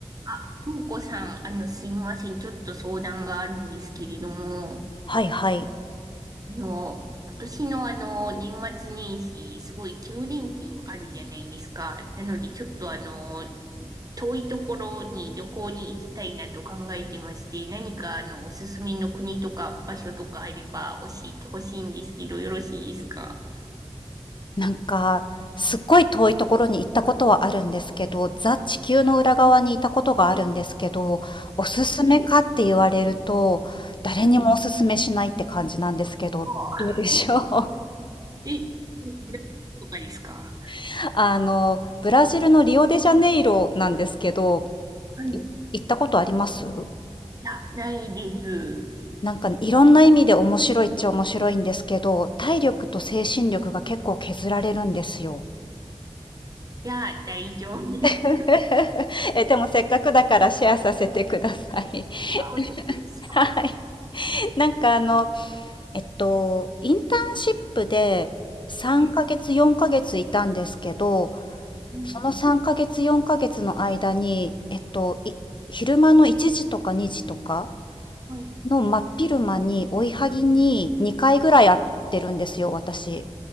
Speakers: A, on the right; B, on the left.
A: あ、翔子さん、あの、すいません。ちょっと相談があるんですけれども、
B: はいはい。
A: あの、今年のあの、年末年始、すごい9連休あるじゃないですか。なので、ちょっとあの、遠いところに旅行に行きたいなと考えてまして、何かあの、おすすめの国とか場所とかあれば教えてほしいんですけど、よろしいですか
B: なんか、すっごい遠いところに行ったことはあるんですけど、ザ・地球の裏側にいたことがあるんですけど、おすすめかって言われると、
A: いい。
B: 誰にもおすすめしないって感じなんですけど、
A: うん。あ
B: どうでしょう？
A: え、ブラジルとかですか
B: <laughs> あの、ブラジルのリオデジャネイロなんですけど、
A: はい。
B: い行ったことあります？
A: いや、ないです。
B: なんかね、いろんな意味で面白いっちゃ面白いんですけど、体力と精神力が結構削られるんですよ。
A: いや、大丈夫です。
B: <laughs> え、でもせっかくだからシェアさせてください。
A: あお願いします。
B: <laughs> はい。
A: は
B: なんかあの、えっと、インターンシップで3ヶ月、
A: い、
B: 4ヶ月いたんですけど、
A: はい、
B: その3ヶ月、4ヶ月の間に、えっと、い昼間の1時とか2時とか
A: はい。は
B: の真っ昼間に追いはぎに2回ぐらい会ってるんですよ、私。